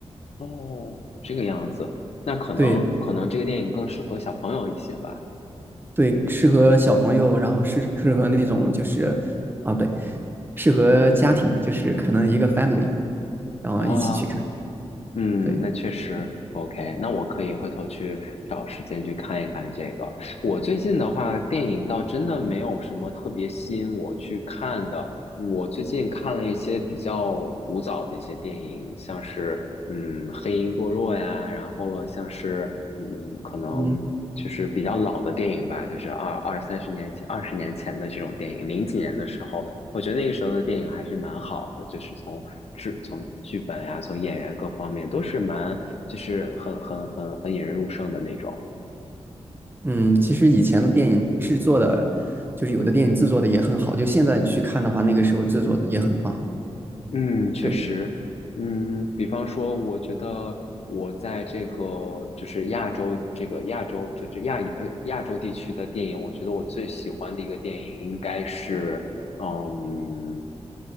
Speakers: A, on the left; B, on the right.
A: 哦，这个样子，那可能可能这个电影更适合小朋友一些吧。
B: 对对，适合小朋友，然后适适合那种就是啊，不对，适合家庭，就是可能一个 family，然后一起去看。
A: 啊、嗯，
B: 对，
A: 那确实 OK。那我可以回头去找时间去看一看这个。我最近的话，电影倒真的没有什么特别吸引我去看的。我最近看了一些比较古早的一些电影，像是嗯《黑鹰堕落》呀，然后了像是嗯可能就是比较老的电影吧，
B: 嗯
A: 就是二二三十年前、二十年前的这种电影，零几年的时候。我觉得那个时候的电影还是蛮好的，就是从制、从剧本呀、从演员各方面都是蛮，就是很很很很引人入胜的那种。
B: 嗯，其实以前的电影制作的，就是有的电影制作的也很好，就现在去看的话，那个时候制作的也很棒。
A: 嗯，确实，
B: 对。
A: 嗯，比方说，我觉得我在这个就是亚洲这个亚洲这这亚语呃亚洲地区的电影，我觉得我最喜欢的一个电影应该是，嗯，